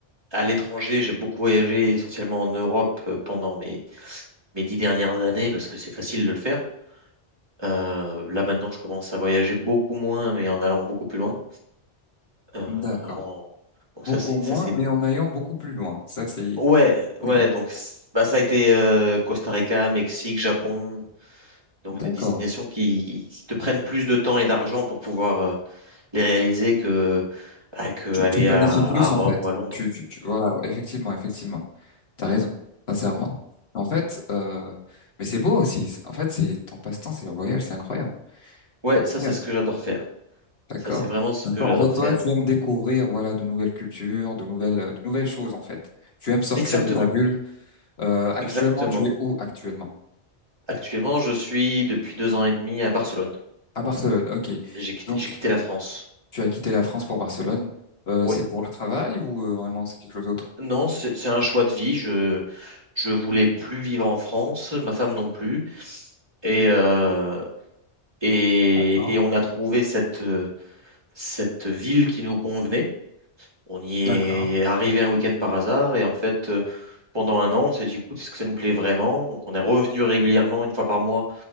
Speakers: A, on the right; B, on the left.
A: à l'étranger, j'ai beaucoup voyagé essentiellement en Europe euh, pendant mes mes dix dernières années parce que c'est facile de le faire. Euh, là maintenant, je commence à voyager beaucoup moins, mais en allant beaucoup plus loin. Euh,
B: d'accord.
A: en- Donc
B: Beaucoup
A: ça, c'est
B: moins,
A: ça, c'est
B: mais en allant beaucoup plus loin. Ça, c'est...
A: ouais, ouais.
B: <laughs>
A: Donc c'est- bah, ça a été euh, Costa Rica, Mexique, Japon, donc
B: D'accord.
A: des destinations qui, te prennent plus de temps et d'argent pour pouvoir euh, les réaliser que ah, que
B: Tu,
A: aller
B: tu planifies
A: à,
B: plus,
A: à Rome
B: en fait.
A: ou à Londres.
B: Tu, tu, tu- voilà, ouais, effectivement, effectivement. T'as raison, sincèrement. En fait, euh, mais c'est beau aussi. En fait, c'est ton passe-temps, c'est le voyage, c'est incroyable.
A: Ouais,
B: C'est incroyable.
A: ça c'est ce que j'adore faire.
B: D'accord.
A: Ça c'est vraiment ce
B: D'accord.
A: que j'adore
B: En fait, toi,
A: faire.
B: tu aimes découvrir, voilà, de nouvelles cultures, de nouvelles, euh, de nouvelles choses, en fait. Tu aimes sortir
A: Exactement,
B: de ta bulle. Euh, actuellement,
A: exactement.
B: tu es où actuellement?
A: Actuellement, je suis depuis deux ans et demi à Barcelone.
B: À Barcelone. Ok.
A: J'ai quitté,
B: Donc,
A: j'ai quitté la France.
B: tu as quitté la France pour Barcelone. Euh,
A: Oui.
B: c'est pour le travail ou euh, vraiment c'est quelque chose d'autre?
A: Non, c'est c'est un choix de vie. Je je voulais plus vivre en France, ma femme non plus. Et euh, et,
B: D'accord.
A: et on a trouvé cette euh, cette ville qui nous convenait. On y est
B: D'accord.
A: arrivé un week-end par hasard et en fait euh, pendant un an on s'est dit écoute est-ce que ça nous plaît vraiment? Donc on est revenu régulièrement une fois par mois